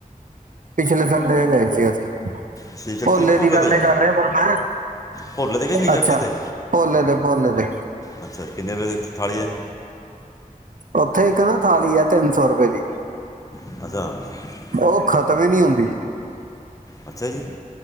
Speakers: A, on the right; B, on the left.
A: ਪਿਛਲੇ ਸੰਡੇ ਗਏ ਸੀ। ਅਸੀਂ
B: ਸ਼ਿਵ ਸ਼ਕਤੀ
A: ਪੋਲੇ
B: ਕਿ
A: ਦੀ
B: ਭੋਲੇ
A: ਗੱਲ
B: ਤੇ
A: ਕਰ ਰੇਆ ਫੇਰ ਮੈਂ
B: ਭੋਲੇ ਤੇ ਕਿ ਸ਼ਿਵ
A: ਅੱਛਾ,
B: ਸ਼ਕਤੀ ਤੇ
A: ਪੋਲੇ ਦੇ, ਪੋਲੇ ਦੇ
B: ਅੱਛਾ, ਕਿੰਨੇ ਰੁਪਏ ਦੀ ਏਕ ਥਾਲੀ ਹੈ?
A: ਉੱਥੇ ਇੱਕ ਨਾ ਥਾਲੀ ਏ, ਤਿੰਨ ਸੌ ਰੁਪਏ ਦੀ
B: <unintelligible>
A: ਓ ਖ਼ਤਮ ਹੀ ਨੀ ਹੁੰਦੀ।
B: ਅੱਛਾ ਜੀ,